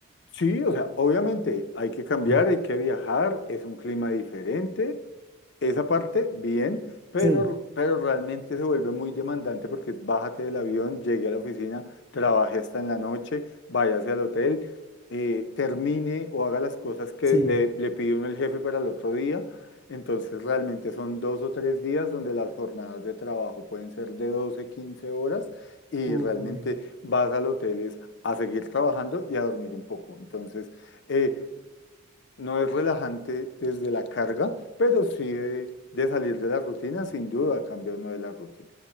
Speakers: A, on the left; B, on the right.
A: Sí, o sea, obviamente hay que cambiar,
B: <laughs>
A: hay que viajar, es un clima diferente, esa parte bien, pero,
B: Sí,
A: pero realmente se vuelve muy demandante porque es bájate del avión, llegue a la oficina, trabaje hasta en la noche, váyase al hotel, eh, termine o haga las cosas que
B: sí.
A: le, le pide uno el jefe para el otro día. Entonces realmente son dos o tres días donde las jornadas de trabajo pueden ser de 12 15 horas y
B: Uy,
A: realmente vas al hotel. es a seguir trabajando y a dormir un poco. Entonces, eh, no es relajante desde la carga, pero sí de, de salir de la rutina, sin duda, cambia uno de la rutina.